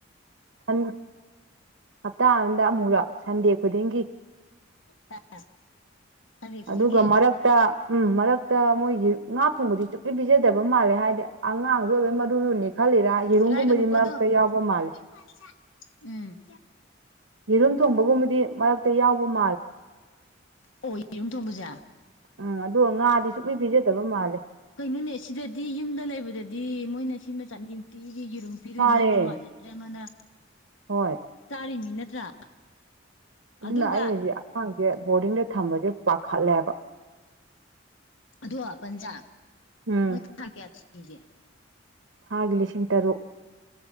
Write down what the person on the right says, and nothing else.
ꯍꯟ ꯍꯞꯇꯥ ꯑꯝꯗ ꯑꯃꯨꯔꯛ ꯁꯟꯗꯦ ꯈꯨꯗꯤꯡꯒꯤ
ꯑꯗꯨꯒ ꯃꯔꯛꯇ ꯎꯝ ꯃꯔꯛꯇ ꯃꯣꯏꯒꯤ ꯉꯥ ꯊꯣꯡꯕꯗꯤ ꯆꯨꯞ ꯄꯤ ꯄꯤꯖꯗꯕ ꯃꯥꯜꯂꯦ ꯍꯥꯏꯗꯤ ꯑꯉꯥꯡꯁꯨ ꯑꯣꯏ <unintelligible> <unintelligible> ꯈꯜꯂꯤꯔꯥ ꯌꯦꯔꯨꯝ
ꯒꯨꯝꯕꯗꯤ ꯃꯔꯛꯇ
ꯌꯥꯎꯕ ꯃꯥꯜꯂꯦ
ꯌꯦꯔꯨꯝ ꯊꯣꯡꯕꯒꯨꯝꯕꯗꯤ ꯃꯔꯛꯇ ꯌꯥꯎꯕ <unintelligible>
ꯎꯝ ꯑꯗꯨꯒ ꯉꯥꯗꯤ ꯁꯨꯛ ꯄꯤ ꯄꯤꯖꯗꯕ ꯃꯥꯜꯂꯦ
ꯃꯥꯅꯦ
ꯍꯣꯏ
ꯑꯗꯨꯅ ꯑꯩ ꯒꯖꯤ ꯑꯉꯥꯡꯁꯦ ꯕꯣꯔꯗꯤꯡꯗ ꯊꯝꯕꯁꯦ ꯄꯥꯈꯠꯂꯦꯕꯥ
ꯎꯝ
ꯊꯥꯒꯤ ꯂꯤꯁꯤꯡ ꯇꯔꯨꯛ